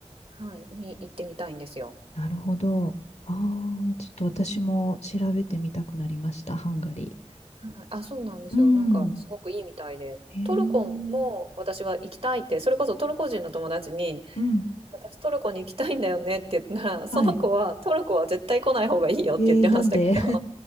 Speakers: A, on the right; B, on the left.
A: はい、に行ってみたいんですよ。
B: なるほど。ああ、ちょっと私も調べてみたくなりました、ハンガリ
A: はい、あ、そうなんですよ、
B: ー。うん。
A: なんか、すごくいいみたいで、
B: へえ。
A: トルコも私は行きたいって、それこそトルコ人の友達に、
B: うん。
A: 私トルコに行きたいんだよねって言ったら、その子は、
B: はい。
A: トルコは絶対来ない方がいいよって言ってましたけど、
B: えー、なんで
A: <laughs>